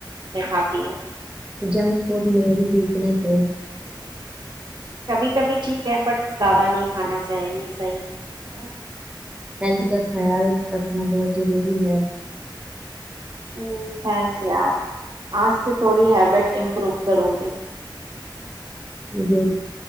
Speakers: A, on the right; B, on the right.
A: میں کھاتی ہوں
B: جنک فوڈ میری ویکنس ہے
A: کبھی کبھی ٹھیک ہے بٹ زیادہ نہیں کانا چاہیے صحیح ہے نا
B: ہیلتھ کا خیال رکھنا بہت ضروری ہے
A: ہ تھھینکس یار آج تو تھوڑی ہیبٹ امپروو کروں گی
B: گڈ